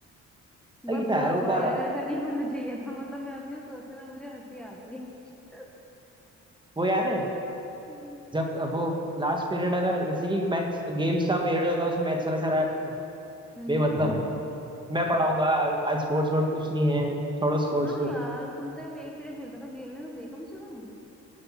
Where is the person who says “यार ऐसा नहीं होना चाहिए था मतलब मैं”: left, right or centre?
Centre